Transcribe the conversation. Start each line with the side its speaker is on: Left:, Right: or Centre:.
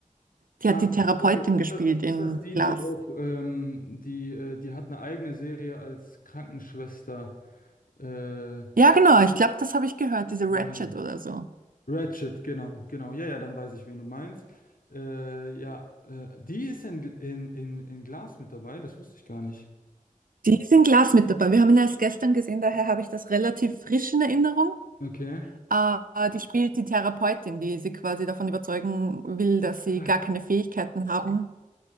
Right: Die
Left: Ach
Right: hat die Therapeutin
Left: so, ist
Right: gespielt
Left: das, ist
Right: in
Left: das die,
Right: Glass.
Left: die auch, ähm, die, äh, die hat eine eigene Serie als Krankenschwester. Äh,
Right: Ja, genau, ich glaube, das habe ich gehört, diese Ratchet
Left: ähm,
Right: oder so.
Left: Ratched, genau, genau. Ja, ja, dann weiß ich, wen du meinst. Äh, ja, äh, die ist in, in, in, in Glas mit dabei, das wusste ich gar nicht.
Right: Die ist in Glass mit dabei. Wir haben ihn erst gestern gesehen, daher habe ich das relativ frisch in Erinnerung.
Left: Okay.
Right: Äh, die spielt die Therapeutin, die sie quasi davon überzeugen will, dass sie
Left: Ach,
Right: gar keine Fähigkeiten haben,